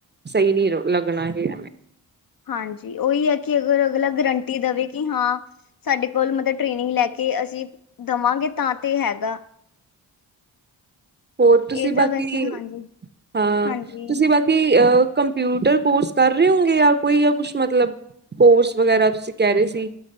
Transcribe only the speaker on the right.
ਸਹੀ ਨਹੀਂ ਲੱਗਣਾ ਹੈ ਐਵੇਂ
ਹੋਰ ਤੁਸੀਂ
ਬਾਕੀ
ਹਾਂ
ਤੁਸੀਂ ਬਾਕੀ ਅਹ ਕੰਪਿਊਟਰ ਕੋਰਸ ਕਰ ਰਹੇ ਹੋਂਗੇ ਆਪ ਕੋਈ ਜਾਂ ਕੁਛ ਮਤਲਬ ਕੋਰਸ ਵਗੈਰਾ ਤੁਸੀਂ ਕਹਿ ਰਹੇ ਸੀ